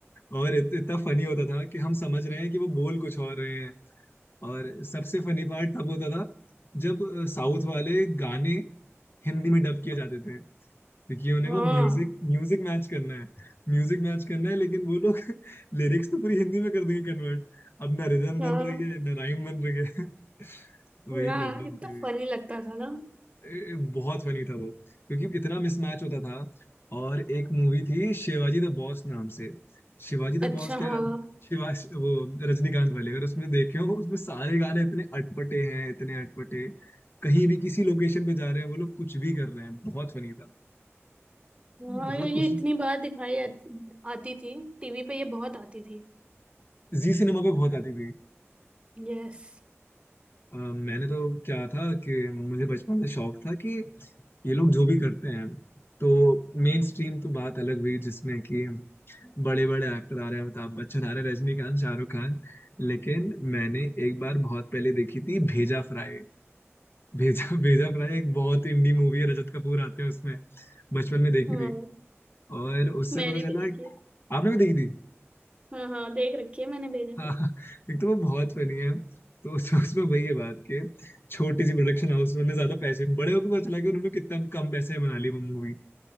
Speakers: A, on the left (about 50°); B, on the right (about 25°).
A: और इत, इतना फनी होता था कि हम समझ रहे हैं कि वो बोल कुछ और रहे हैं और सबसे फनी पार्ट तब होता था जब अ, साउथ वाले गाने हिंदी में डब किए जाते थे क्योंकि उन्हें
B: हाँ
A: वो म्यूजिक म्यूजिक मैच करना है म्यूजिक मैच करना है लेकिन वो लोग <laughs> लिरिक्स तो पूरी हिंदी में कर देंगे कन्वर्ट अब ना रिदम
B: हाँ
A: बन रही है ना राइम बन रही है <laughs> वही
B: वाह
A: प्रॉब्लम
B: इतना
A: थी
B: फनी लगता था ना
A: ए, बहुत फनी था वो क्योंकि इतना मिसमैच होता था और एक मूवी थी शिवाजी द बॉस नाम से शिवाजी द
B: अच्छा
A: बॉस क्या
B: हाँ
A: अगर शिवा वो रजनीकांत वाले अगर उसमें देखे हो उसमें सारे गाने इतने अटपटे हैं इतने अटपटे कहीं भी किसी लोकेशन पे जा रहे हैं वो लोग कुछ भी कर रहे हैं बहुत फनी था
B: हाँ
A: बहुत
B: ये ये
A: कोशिश
B: इतनी बार दिखाई आती आती थी टीवी पे ये बहुत आती थी
A: जी सिनेमा पे बहुत आती थी
B: यस
A: अ, मैंने तो क्या था कि मुझे बचपन से शौक था कि ये लोग जो भी करते हैं तो
B: <laughs>
A: मेन स्ट्रीम तो बात अलग हुई जिसमें कि बड़े बड़े एक्टर आ रहे हैं अमिताभ बच्चन आ रहे हैं रजनीकांत शाहरुख खान लेकिन मैंने एक बार बहुत पहले देखी थी भेजा फ्राई भेजा भेजा फ्राई एक बहुत इंडी मूवी है रजत कपूर आते हैं उसमें बचपन में देखी
B: हाँ
A: थी और उससे
B: मैंने
A: पता
B: भी
A: चला
B: देखी है
A: आपने भी देखी थी
B: हाँ हाँ देख रखी है मैंने भी देखा
A: हाँ
B: है
A: हाँ, एक तो वो बहुत फनी है तो उस- उसमें वही है बात कि छोटी सी प्रोडक्शन हाउस में उन्होंने ज्यादा पैसे बड़े होकर पता चला कि उन्होंने कितना कम पैसे में बना ली वो मूवी